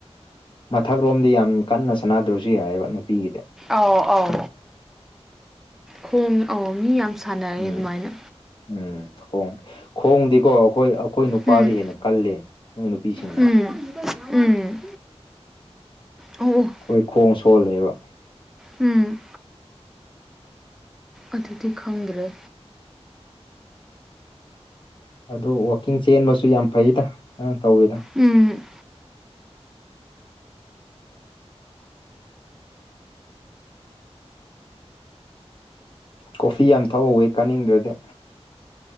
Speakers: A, on the left; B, in the centre.
A: ꯃꯊꯛꯂꯣꯝꯗꯤ ꯌꯥꯝ ꯀꯟꯅ ꯁꯥꯟꯅꯗ꯭ꯔꯁꯨ ꯌꯥꯔꯦꯕ ꯅꯨꯄꯤꯒꯤꯗ‌ꯦ
B: ꯑꯧ ꯑꯥꯎ ꯈꯣꯡ ꯑꯥꯎ ꯃꯤ ꯌꯥꯝ ꯁꯥꯟꯅꯔꯦ
A: ꯎꯝ
B: ꯑꯗꯨꯃꯥꯏꯅ
A: ꯎꯝ ꯈꯣꯡ ꯈꯣꯡꯗꯤꯀꯣ ꯑꯩꯈꯣꯏ ꯑꯩꯈꯣꯏ ꯅꯨꯄꯥꯗꯤ
B: ꯎꯝ
A: ꯍꯦꯟꯅ ꯀꯜꯂꯦ ꯅꯣꯏ ꯅꯨꯄꯤꯁꯤꯡ
B: ꯎꯝ ꯎꯝ ꯑꯣ <unintelligible>
A: ꯑꯩꯈꯣꯏ ꯈꯣꯡ ꯁꯣꯜꯂꯦꯕ
B: ꯎꯝ ꯑꯗꯨꯗꯤ ꯈꯪꯗ꯭ꯔꯦ
A: ꯑꯗꯨꯗꫪ ꯋꯥꯛꯀꯤꯡ ꯆꯦꯟꯕꯁꯨ ꯌꯥꯝ ꯐꯩꯗ ꯅꯪ ꯇꯧꯋꯤꯗ‌ꯣ
B: ꯎꯝ
A: ꯀꯣꯐꯤ ꯌꯥꯝ ꯊꯛꯑꯣꯋꯩ ꯀꯥꯅꯤꯡꯗ꯭ꯔꯦꯗ